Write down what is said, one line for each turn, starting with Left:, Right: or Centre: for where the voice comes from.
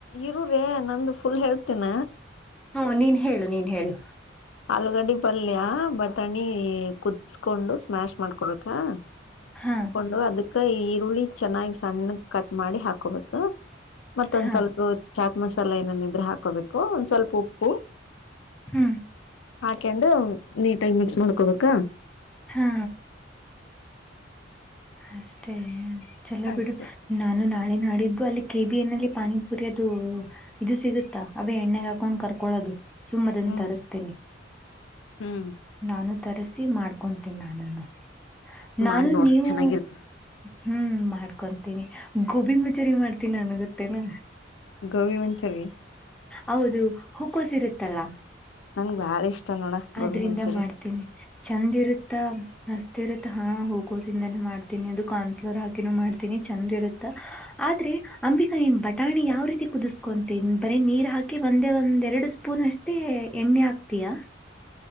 Left: ಇರ್ರೇ ನಂದು ಫುಲ್ ಹೇಳ್ತೀನ
Centre: ಹ್ಮ ನೀನ್ ಹೇಳು ನೀನ್ ಹೇಳು
Left: ಆಲೂಗಡ್ದಿ ಪಲ್ಯ ಬಟಾಣಿ ಕುದಿಸಕೊಂಡು ಸ್ಮ್ಯಾಶ್ ಮಾಡ್ಕೊಡ್ಬೇಕ
Centre: ಹಾ
Left: ಮಾಡ್ಕೊಂಡು ಅದಕ್ ಈ ಈರುಳ್ಳಿ ಚೆನ್ನಾಗಿ ಸಣ್ಣ ಕಟ್ ಮಾಡಿ ಹಾಕೋಬೇಕು. ಮತ್ತೊಂದ
Centre: ಹಾ
Left: ಸ್ವಲ್ಪ ಚಾಟ್ ಮಸಾಲೆ ಏನನ್ ಇದ್ರೆ ಹಾಕೋಬೇಕು ಒಂದ್ ಸ್ವಲ್ಪ ಉಪ್ಪು.
Centre: ಹ್ಮ್
Left: ಹಾಕೊಂಡು ನೀಟಾಗಿ ಮಿಕ್ಸ್ ಮಾಡ್ಕೊಬೇಕಾ.
Centre: ಹಾ ಅಷ್ಟೇ ಚಲೋ
Left: ಅಷ್ಟೇ
Centre: ಬಿಡು. ನಾನು ನಾಳೆ ನಾಡಿದ್ದು ಅಲ್ಲಿ ಕೆಬ ಎನ್ಲ್ಲಿ ಪಾನಿಪುರಿ ಅದು. ಇದು ಸಿಗುತ್ತಾ ಅವೇ ಎಣ್ಣಗ್ ಹಾಕೊಂಡ್ ಕರ್ಕೊಳೋದು. ಸುಮ್ಮದನ್ನು
Left: ಹ್ಮ್
Centre: ತರಿಸ್ತಿನಿ
Left: ಹ್ಮ್
Centre: ನಾನು ತರಿಸಿ ಮಾಡ್ಬ ಕೊಂತೀನಿ ನಾನನ್ನು ನಾನು
Left: ಮಾಡ್ ನೋಡ್
Centre: ನೀವು
Left: ಚೆನ್ನಾಗಿರ್ತದ
Centre: ಹ್ಮ್ ಮಾಡ್ಕೊಂತೀನಿ ಗೋಬಿ ಮಚೂರಿ ಮಾಡ್ತೀನ್ ನಾನು ಗೊತ್ತೇನು
Left: ಗೋಬಿ ಮಂಚೂರಿ
Centre: ಹೌದು ಹೂಕೋಸ್ ಇರುತ್ತಲ್ಲ.
Left: ನನ್ಗ್ ಬಾಳ ಇಷ್ಟ ನೋಡ
Centre: ಆದ್ರಿಂದ
Left: ಗೋಬಿ ಮಂಚೂರಿ
Centre: ಮಾಡ್ತೀನಿ ಚಂದ್ ಇರುತ್ತ. ಮಸ್ತ್ ಇರುತ್ತ ಹಾ ಹೂಕೋಸಿಂದಾನೇ ಮಾಡ್ತೀನಿ ಅದು ಕಾರ್ನ್ಫ್ಲೋರ್ ಹಾಕಿನೂ ಮಾಡ್ತೀನಿ ಚೆಂದ್ ಇರುತ್ತಾ. ಆದ್ರೆ ಅಂಬಿಕಾ ಏನ್ ಬಟಾಣಿ ಯಾವ ರೀತಿ ಕುದಿಸಸ್ಕೊಂತೀನ್. ಬರೀ ನೀರ್ ಹಾಕಿ ಒಂದೇ ಒಂದ್ ಎರಡು ಸ್ಪೂನ್ ಅಷ್ಟೇ ಎಣ್ಣೆ ಹಾಕ್ತೀಯಾ.